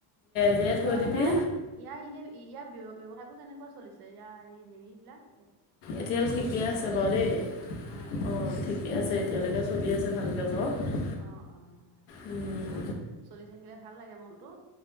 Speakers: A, on the left; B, on the right.
A: জীয়াই থৈ
B: অ',
A: দিবি
B: ইয়াৰ ইয়াৰ এনে ইয়াৰ ব্যয় বাৱসাই বোৰ কেনেকুৱা চলিছে ইয়াৰ এই হেৰি বিলাক?
A: এতিয়ালৈ ঠিকে আছে বাৰু দেই অঁ',
B: অ অ
A: ঠিক ঠিকে আছে এতিয়ালেকে চলি আছে ভালকে বাৰু।
B: অ', অ',
A: উম,
B: হক চলি থাকিলে ভাল লাগে মনটো।